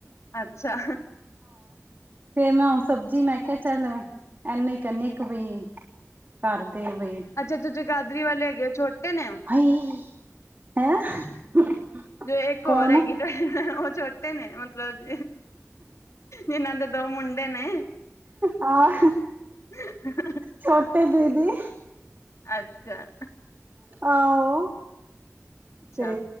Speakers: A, on the left; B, on the right.
A: ਅੱਛਾ
B: ਫੇ ਮੈਂ ਹਣ ਸਬਜ਼ੀ ਮੈਂ ਕਿਹਾ ਚੱਲ ਇਹਨੂੰ ਹੀ ਕਹਿਨੀ ਇੱਕ ਬੀ ਕਰਦੇ ਬਈ
A: ਅੱਛਾ ਜੋ ਜੇਗਾਦਰੀ ਵਾਲੇ ਹੈਗੇ ਉਹ ਛੋਟੇ ਨੇ ਉਹ
B: <unintelligible> ਹੈਂ
A: ਜੋ ਇੱਕ
B: ਕੌਣ
A: ਹੋਰ ਹੈਗੀ ਤੁ ਉਹ ਛੋਟੇ ਨੇ ਮਤਲਬ ਇਹਨਾਂ ਦੇ ਦੋ ਮੁੰਡੇ ਨੇ
B: ਆ
A: <unintelligible>
B: ਛੋਟੇ ਦੀਦੀ
A: ਅੱਛਾ
B: ਆਹੋ
A: ਛਾ
B: ਤੇ